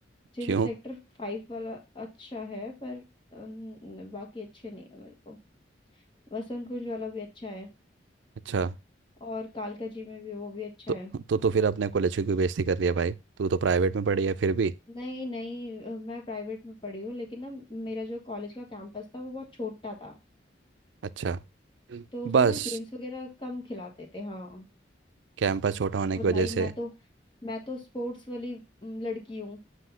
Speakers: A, on the left; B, on the right.
A: जिम
B: क्यों
A: सेक्टर फाइव वाला अच्छा है पर अम, बाकी अच्छे नहीं है मेरे को वसंत कुंज वाला भी अच्छा है
B: अच्छा
A: और कालका जी में भी वो भी अच्छा
B: तो
A: है
B: तो तो फिर अपने कॉलेज की क्यों बेइज्जती कर रही है भाई तू तो प्राइवेट में पढ़ी है फिर भी
A: नहीं नहीं अ, मैं प्राइवेट में पढ़ी हूँ लेकिन ना मेरा जो कॉलेज का कैंपस था वो बहुत छोटा था
B: अच्छा
A: तो उसमें
B: बस
A: ना गेम्स वगैरह कम खिलाते थे हाँ
B: कैंपस छोटा होने
A: और
B: की वजह
A: भाई मैं
B: से
A: तो मैं तो स्पोर्ट्स वाली अम, लड़की हूँ